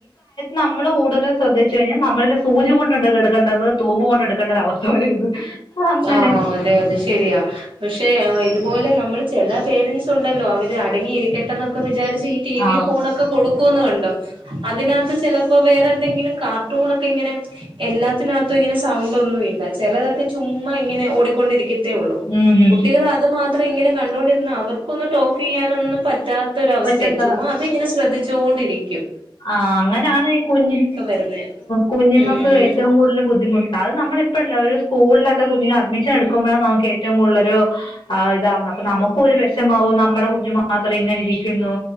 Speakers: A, on the left; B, on the right.
A: നമ്മള് കൂടുതൽ ശ്രദ്ധിച്ചു കഴിഞ്ഞാൽ നമ്മളില് സൂചി കൊണ്ടക്കെത്എടുക്കേണ്ടത് തൂമ്പ് കൊണ്ട് എട്ക്കേണ്ട ഒരു അവസ്ഥ വരരുത് അങ്ങനെ
B: ആഹ് അതെ അതെ ശെരിയാ പക്ഷെ ഇതുപോലെ നമ്മൾ ചെല പേരൻസ് ഉണ്ടല്ലോ അവര് അടങ്ങിയിരിക്കട്ടെ എന്നൊക്കെ വിചാരിച്ച്- ടീ ടീവിയും
A: ആ
B: ഫോണൊക്കെ കൊടുക്കുംന്ന് കണ്ടോ അതിനകത്ത് ചെലപ് ഇപ്പ വേറെന്തെങ്കിലും കാർട്ടൂൺനെക്കെ ഇങ്ങനെ എല്ലാത്തിനകത്തും ഇങ്ങനെ സൗണ്ട് ഒന്നും ഇല്ല ചെലതൊക്കെ ചുമ്മാ ഇങ്ങനെ ഓടിക്കൊണ്ടിരിക്ക- തെയുള്ളു
A: ഉം ഉം
B: കുട്ടികൾ അത് മാത്ര- മാത്രം ഇങ്ങനെ കണ്ടോണ്ടിരുന്ന അവർക്കൊന്നും ടോക്ക് ചെയ്യാനൊന്നും പറ്റാത്ത- ഒരു അവസ്ഥയാണ്
A: മുറ്റത്ത്
B: ചുമ്മാ അത് ഇങ്ങനെ ശ്രദ്ധിച്ചു- തോണ്ടിരിക്കും
A: ആ അങ്ങനാണ് ഈ കുഞ്ഞു
B: വരുന്നേ
A: കുഞ്ഞുങ്ങൾക്ക്
B: ഉം
A: ഏറ്റവും കൂടുതൽ ബുദ്ധിമുട്ടണ്ട് അത് നമ്മള് ഇപ്പഴല്ല ഒരു- സ്കൂളിലൊക്കെ കുഞ്ഞിന് അഡ്മിഷൻ എടുക്കുമ്പോഴാണ് നമുക്ക് ഏറ്റവും കൂടുതല് ഒരു ഇത്‌ ആവുന്നെ അപ്പ നമുക്കും ഒരു വിഷമാവും നമ്മടെ കുഞ്ഞു മാത്രം ഇങ്ങനെ ഇരിക്കുന്നു